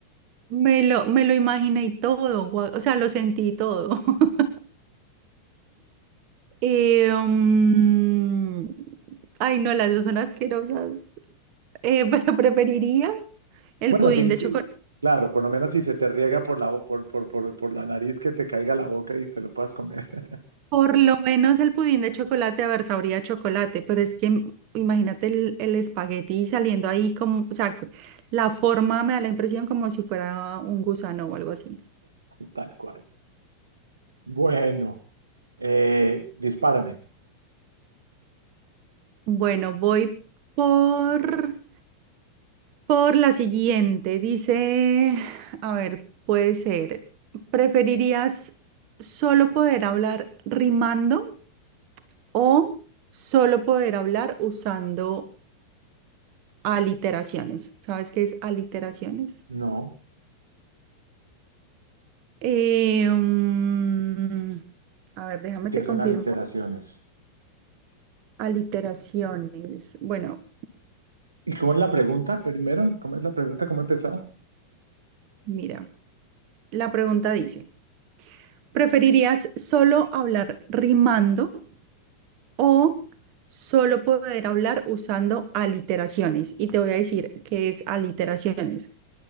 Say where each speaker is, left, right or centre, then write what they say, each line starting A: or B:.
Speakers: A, on the right (about 45°); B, on the right (about 75°).
A: me lo, me lo imaginé y todo, gua- o sea, lo sentí y todo. <laughs> Eh, mm, ay, no, las dos son asquerosas, Eh, <laughs> pero preferiría el
B: Bueno,
A: pudín
B: sí,
A: de
B: sí,
A: chocolate.
B: claro, por lo menos si se te riega por la, bo- por, por, por, por la nariz que te caiga a la boca y te lo puedas comer <laughs>
A: Por lo menos el pudín de chocolate, a ver, sabría a chocolate, pero es que im- imagínate el, el espagueti saliendo ahí como, o sea, cu- la forma me da la impresión como si fuera un gusano o algo así.
B: tal cual. Bueno, eh, dispárame.
A: Bueno, voy por, por la siguiente. Dice, a ver, puede ser, ¿preferirías solo poder hablar rimando o solo poder hablar usando aliteraciones? ¿Sabes qué es aliteraciones?
B: No,
A: Eh, mm, a ver, déjame
B: ¿qué
A: te
B: son
A: confirmo.
B: aliteraciones?
A: Aliteraciones. Bueno,
B: ¿Y cómo es la pregunta primero? ¿Cómo es la pregunta? ¿Cómo empezaba?
A: mira, la pregunta dice, ¿preferirías solo hablar rimando o solo poder hablar usando aliteraciones? Y te voy a decir qué es aliteraciones.